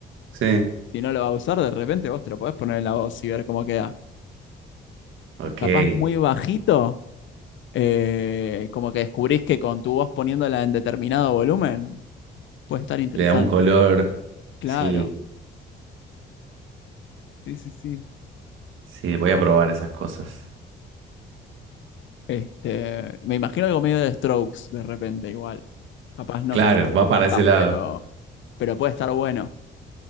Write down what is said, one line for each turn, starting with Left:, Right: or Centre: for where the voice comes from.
Right: Sí.
Left: si no lo va a usar, de repente vos te lo podés poner en la voz y ver cómo queda.
Right: Ok,
Left: Capaz muy bajito, eh, como que descubrís que con tu voz poniéndola en determinado volumen, puede estar interesante.
Right: le da un color.
Left: Claro,
Right: Sí,
Left: sí, sí, sí,
Right: sí, voy
Left: ojo.
Right: a probar esas cosas.
Left: Este, me imagino algo medio de Strokes de repente igual. Capaz no
Right: Claro,
Left: sé si es lo
Right: va
Left: que buscás,
Right: para ese lado.
Left: pero, pero puede estar bueno.